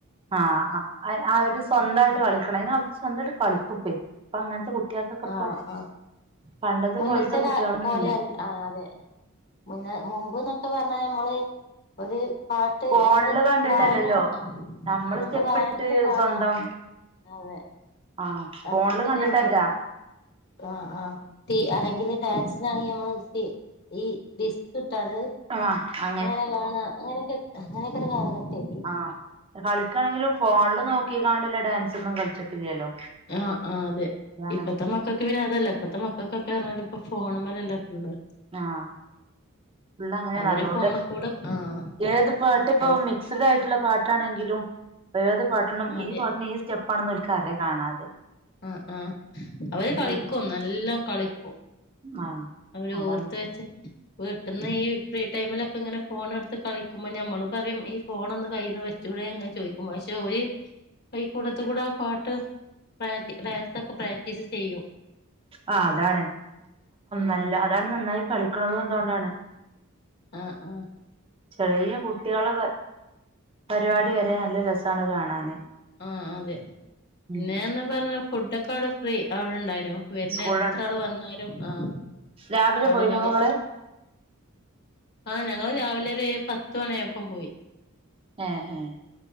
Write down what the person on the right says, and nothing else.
ആഹ് അവര് സ്വന്തമായിട്ട് കളിക്കണം അ അവ സ്വന്തമായിട്ട് കളിക്കും പ്പേ ഇപ്പൊ അങ്ങനത്തെ കുട്ടികൾക്കൊക്കെ
ഇപ്പൊ
പണ്ടത്തെ
പോലത്തെ
കുട്ടികളൊന്നും
അല്ല
ഫോണില്
കണ്ടിട്ടല്ലല്ലോ
സ്റ്റെപ്പ്
ഇട്ടിട്ട്
സ്വന്തം
ആഹ്
ഫോണില് കണ്ടിട്ടല്ല
ആഹ് ആ
ആഹ് കളിക്കാണെങ്കിലും ഫോണില് നോക്കിക്കാണ്ടില്ല ഡാൻസൊന്നും കളിച്ചിട്ടില്ലല്ലോ
അതാണ്
ആഹ് ഫുള്ള് അങ്ങനെയാണ്
അതുകൊണ്ട്
ഏത് പാട്ട് ഇപ്പൊ
മി ക്ഡ് ആയിട്ടുള്ള പാട്ടാണെങ്കിലും ഏത് പാട്ടിനും
ഈ പാട്ടിന് ഈ സ്റ്റെപ്പ് പണം നോൽക്കറിയാം കാണാതെ
ഫുൾ
ആഹ്
അതാണ്
അഹ് അതാണ്
നല്ല അതാണ് നന്നായി കളിക്കണതും അതുകൊണ്ടാണ്
ചെറിയ കുട്ടികള പരിപാടി വരെ നല്ല രസമാണ് കാണാന്
ഉം
സ്കൂളിലാണ്
രാവിലെ
പോയിനങ്ങള്
ഏഹ്